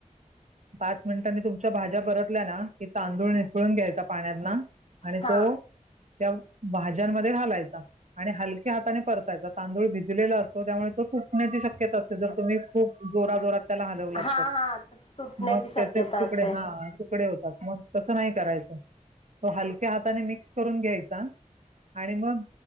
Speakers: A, on the right (about 65°); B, on the left (about 50°).
A: पाच मिनिटां मी तुमच्या भाज्या परतल्या ना की तांदूळ निसळून घ्यायचा पाण्यातना आणि
B: हा
A: तो त्या भाज्यांमध्ये हालायचा आणि हलके हाताने परतायचा तांदूळ भिजलेला असतो त्यामुळे तो तुटण्याची शक्यता असते जर तुम्ही खूप जोरा जोरत त्याला हलवला तर
B: हा
A: लागतात
B: हा तुटण्याची
A: मग
B: शक्यता
A: त्याचेच तुकडे
B: असते
A: हा तुकडे होतात. मग तसं नाही करायचं तो हलक्या हाताने मिक्स करून घ्यायचा आणि मग